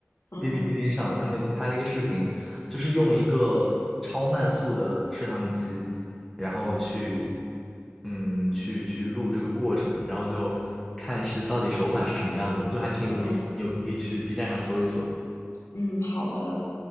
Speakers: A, on the left; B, in the centre.
A: 嗯
B: 哔哩哔哩上，他们拍了一个视频，就是用一个超慢速的摄像机，然后去，嗯，去去录这个过程，然后就看是到底手法是什么样的，就还挺有意思的你有空可以去
A: 嗯
B: B 站上搜一搜。
A: 嗯，好的